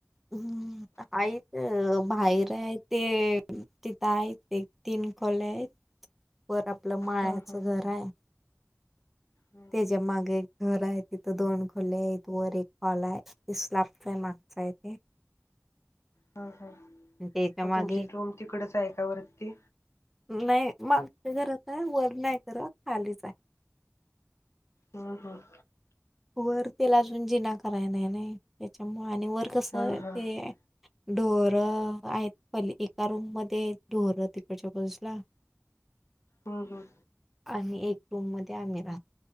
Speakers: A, in the centre; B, on the left.
A: हम्म, आई बाहेर ये ते तिथं आहेत ते तीन खोल्या आहेत वर माळ्याचं
B: हम्म हम्म
A: घर आहे.
B: हम्म
A: त्याच्या माग एक घर आहे. तिथं दोन खोल्या आहेत. वर एक हॉल आहे. ते स्लापचा आहे. मागचा आहे ते.
B: हम्म हम्म
A: त्याच्या
B: मग
A: मागे.
B: तुमची रूम तिकडच आहे का वरती?
A: नाही, मागच्या घरात आहे वर. नाही का रूम खालीच आहे.
B: हम्म हम्म.
A: वर त्याला अजून जिना कराय नाही. नाही त्याच्यामुळ आणि वर कसं
B: हा हा
A: ते
B: हम्म
A: ये ढोर आहेत. पण एका रूम मध्ये ढोर तिकडच्या बाजूला.
B: हम्म हम्म.
A: आणि एक रूम मध्ये आम्ही राहतो.